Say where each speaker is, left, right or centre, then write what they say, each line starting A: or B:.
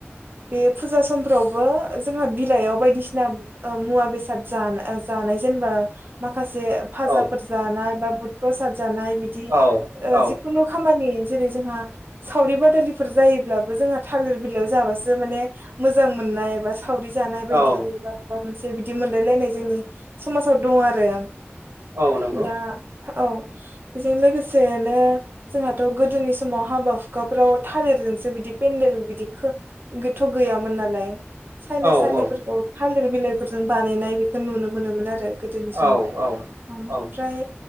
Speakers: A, on the right (about 50°); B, on the right (about 85°).
A: बे फुजा समफ्रावबो जोंहा बिलाइयाव बायदिसिना ओ मुवा बेसाद जान ओ जान जानाय जेनबा मा माखासे फाजाफोर
B: औ
A: जानाय बा बुध प्रसाद जानाय बिदि
B: औ
A: ओ
B: औ
A: जिखुनु खामानि जेरै जोंहा सावरि बादालिफोर जायोब्लाबो जोंहा थालिर बिलाइयाव जाबासो माने मोजां मोन नायबास सावरि जानाय बायदि
B: औ
A: बा माबा मोनसे बिदि मोनलायलायनाय जोंनि समाजाव दं आरो
B: औ नंगौ
A: दा
B: ।
A: औ बेजों लोगोसेनो जोंहाथ' गो गोदोनि समाव हाबा हुखाफोराव थालिरजोंसो बिदि पेन्देल बिदि गोथ' गैयामोन नालाय सायना
B: औ
A: सालिफोरखौ
B: औ
A: थालिर बिलाइफोरजों बानायनाय बेखौ नुनो मोनोमोन आरो गोदोनि समाव
B: औ औ
A: ओमफ्राय
B: औ